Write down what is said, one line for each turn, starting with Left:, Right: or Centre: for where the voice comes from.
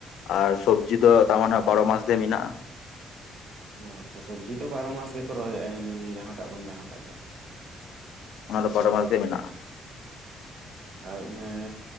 Left: ᱟᱨ ᱥᱚᱵᱽᱡᱤ ᱫᱚ ᱛᱟᱨᱢᱟᱱᱮ ᱵᱟᱨᱚ ᱢᱟᱥ ᱜᱮ ᱢᱮᱱᱟᱜ-ᱟ᱾
Right: ᱚ ᱟᱪᱪᱷᱟ ᱥᱚᱵᱽᱡᱤ ᱫᱚ ᱵᱟᱨᱚ ᱢᱟᱥ ᱜᱮᱠᱚ ᱨᱚᱦᱚᱭᱮᱜ-ᱟ ᱦᱤᱱᱟᱹ ᱱᱤᱭᱟᱹ ᱡᱟᱦᱟᱸᱴᱟᱜ ᱵᱟᱝ ᱡᱟᱦᱟᱸᱴᱟᱜ ᱫᱚ?
Left: ᱚᱱᱟ ᱫᱚ ᱵᱟᱨᱚ ᱢᱟᱥ ᱜᱮ ᱢᱮᱱᱟᱜ-ᱟ᱾
Right: ᱟᱨ ᱚᱱᱮ